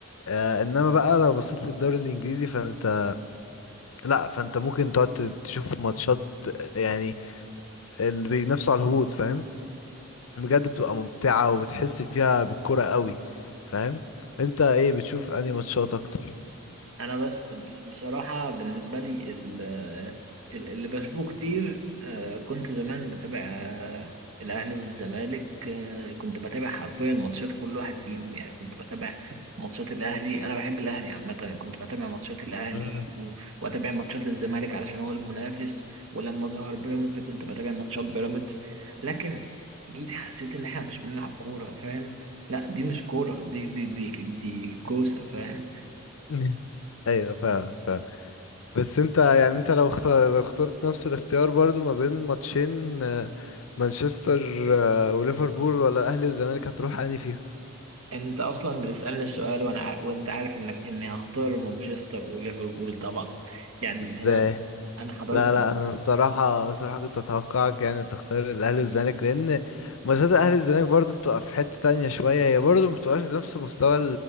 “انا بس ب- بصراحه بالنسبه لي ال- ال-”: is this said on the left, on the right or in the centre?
Right